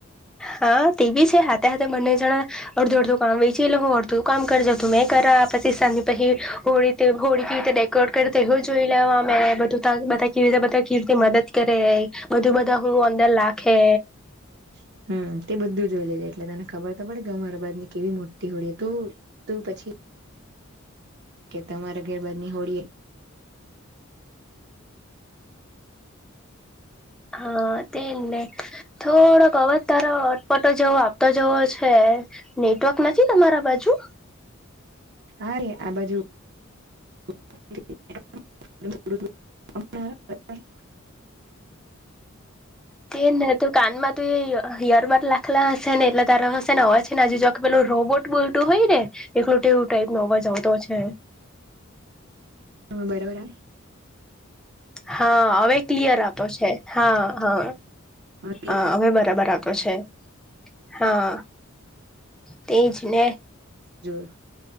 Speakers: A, in the centre; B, on the right (about 55°).
A: હા તે બી છે હાથે હાથે બંને જણા અડધો અડધો કામ વેચી લેહુ અડધું કામ કર જે <unintelligible> કરા પછી <unintelligible> હોળી <unintelligible> કરેવ જોઈ લેવા બધા કેવી રીતે બધા કેવી રીતે મદદ કરે <unintelligible> હું અંદર લાખે
B: <inaudible> હમ તે બધું જોઈ લેજે એટલે તને ખબર તો પડે કે અમારા બાજ ની કેવી મોતી હોડી તું તું પછી કે તમારે ગેરબાજની હોળ <inaudible>
A: હા તે ને થોડોક અવજ તારો અટપટો જેવો આવતો જેવો છે નેટવર્ક નથી તમારા બાજુ
B: અરે આ બાજુ <inaudible>
A: તેને તો કાનમાં તુ એ ઈ હિયરબડ લાખેલા હશે ને એટલે તારો હશે ને અવાજ છે ને આજુ <unintelligible> રોબોટ બોલટું હોય ને <unintelligible> તેવું ટાઈપ નો અવાજ આવતો છે
B: <inaudible> બરાબર આવે
A: હા અવે ક્લિયર આવતો છે હા હા
B: તમારી
A: અ અવે બરાબર આવતો છે, હા તેજ ને
B: જો